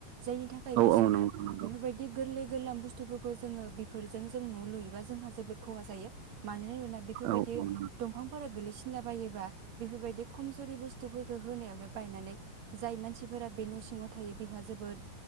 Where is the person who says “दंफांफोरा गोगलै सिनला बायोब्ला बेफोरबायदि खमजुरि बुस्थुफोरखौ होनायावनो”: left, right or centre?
Right